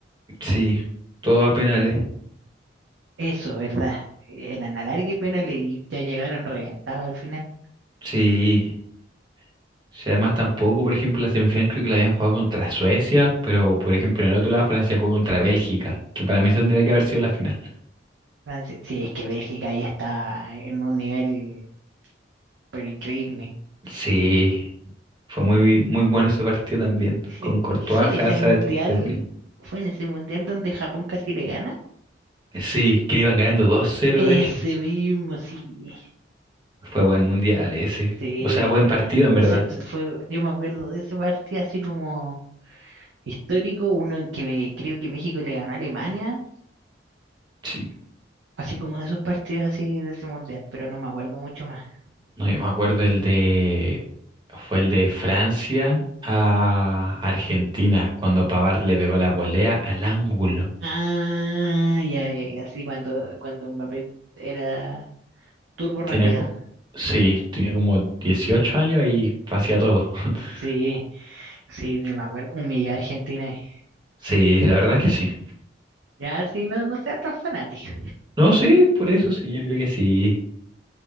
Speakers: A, on the right (about 25°); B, on the right (about 80°).
A: Sí, todo a penales.
B: Eso, ¿verdad? Eran alargue y penales y ya llegaron reventados al final.
A: Sí. Si además tampoco, por ejemplo, la semifinal creo que la habían jugado contra Suecia, pero por ejemplo en el otro lado Francia jugó contra Bélgica, que para mí esa tendría que haber sido la final.
B: Francia, sí, sí, es que Bélgica ahí está en un nivel pero increíble.
A: Sí, fue muy, muy bueno ese partido también,
B: <laughs>
A: con Courtois,
B: Y fue en ese
A: Hazard,
B: mundial,
A: De Bruyne.
B: fue en ese mundial donde Japón casi le gana.
A: Sí, que le iban ganando dos cero
B: Ese
A: de hecho.
B: mismo, sí.
A: Fue buen mundial ese.
B: Sí,
A: O sea,
B: eh,
A: buen partido en verdad.
B: o sea, se- fue, yo me acuerdo de ese partido así como histórico, uno en que me- creo que México le ganó a Alemania,
A: Sí,
B: así como de esos partidos así de ese mundial, pero no me acuerdo mucho más.
A: No, yo me acuerdo el de... Fue el de Francia a Argentina, cuando Pavard le pegó la volea al ángulo.
B: Ah, ya, ya, ya, sí, cuando, cuando Mbappé era turbo rápido.
A: Tenía como, sí, tenía como 18 años y hacía todo. <laughs>
B: Sí, sí, sí, me acuerdo, humillar a Argentina. ahí.
A: Sí, la verdad es que sí.
B: Ya, sí, no, no seas tan fanático.
A: No, sí, por eso sí, yo creo que sí.